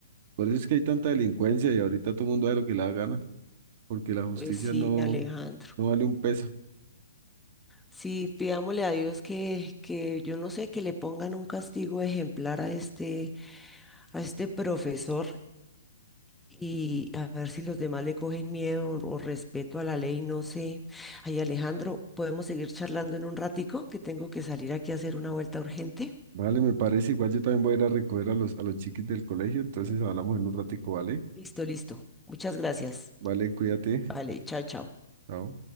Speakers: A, on the right; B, in the centre.
A: Por eso es que hay tanta delincuencia y ahorita todo el mundo hace lo que le da gana, porque la justicia
B: pues sí,
A: no,
B: Alejandro.
A: no vale un peso.
B: Sí, pidámosle a Dios que, que yo no sé, que le pongan un castigo ejemplar a este, a este profesor y a ver si los demás le cogen miedo o, o respeto a la ley, no sé. Ay, Alejandro, ¿podemos seguir charlando en un ratico? Que tengo que salir aquí a hacer una vuelta urgente.
A: Vale, me parece. Igual yo también voy a ir a recoger a los, a los chiquis del colegio. Entonces hablamos en un ratico, ¿vale?
B: Listo, listo. Muchas gracias.
A: Vale, cuídate.
B: Vale, chao, chao.
A: Chao.